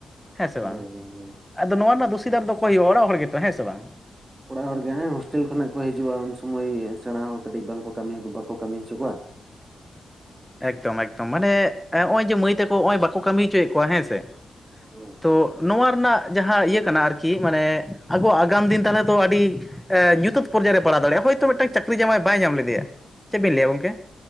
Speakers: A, in the centre; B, on the right.
A: ᱦᱮᱸ ᱥᱮ
B: ᱦᱳᱭ
A: ᱵᱟᱝ
B: ᱦᱳᱭ
A: ᱟᱫᱚ ᱱᱚᱣᱟ ᱨᱮᱱᱟᱜ ᱫᱩᱥᱤ ᱫᱟᱨ ᱫᱚ ᱚᱠᱚᱭ ᱦᱩᱭᱩᱜᱼᱟ ᱚᱲᱟᱜ ᱦᱚᱲ ᱜᱮᱛᱚ ᱦᱮᱸ ᱥᱮ ᱵᱟᱝ
B: ᱚᱲᱟᱜ ᱦᱚᱲ ᱜᱮ ᱦᱟᱸᱜ ᱦᱳᱥᱴᱮᱞ ᱠᱷᱚᱱᱟᱜ ᱠᱚ ᱦᱤᱡᱩᱜᱼᱟ ᱩᱱ ᱥᱚᱢᱚᱭ ᱥᱮᱬᱟ ᱦᱚᱸ ᱠᱟᱹᱴᱤᱡ ᱵᱟᱝ ᱠᱚ ᱠᱟᱹᱢᱤ ᱵᱟᱠᱚ ᱠᱟᱹᱢᱤ ᱦᱚᱪᱚ ᱠᱚᱣᱟ
A: ᱮᱠᱫᱚᱢ ᱮᱠᱫᱚᱢ ᱢᱟᱱᱮ ᱱᱚᱜᱼᱚᱭ ᱡᱮ ᱢᱟᱹᱭ ᱛᱟᱠᱚ ᱱᱚᱜᱼᱚᱭ ᱵᱟᱠᱚ ᱠᱟᱹᱢᱤ ᱦᱚᱪᱚᱭᱮᱫ ᱠᱚᱣᱟ ᱦᱮᱸ ᱥᱮ
B: ᱦᱩᱸ
A: ᱛᱚ ᱱᱚᱣᱟ ᱨᱮᱱᱟᱜ ᱡᱟᱦᱟᱸ ᱤᱭᱟᱹ ᱠᱟᱱᱟ ᱟᱨᱠᱤ ᱢᱟᱱᱮ ᱟᱵᱚ ᱟᱜᱟᱢ ᱫᱤᱱ ᱛᱟᱦᱚᱞᱮ ᱛᱚ ᱟᱰᱤ ᱧᱩᱛᱟᱹᱛ ᱯᱚᱨᱡᱟᱭ ᱨᱮ ᱯᱟᱲᱟᱣ ᱫᱟᱲᱮᱭᱟᱜᱼᱟ ᱦᱳᱭᱛᱳ ᱢᱤᱫᱴᱟᱝ ᱪᱟᱹᱠᱨᱤ ᱡᱟᱢᱟᱭ ᱵᱟᱭ ᱧᱟᱢ ᱞᱮᱫᱮᱭᱟ ᱪᱮᱫ ᱵᱤᱱ ᱞᱟᱹᱭᱟ ᱜᱚᱝᱠᱮ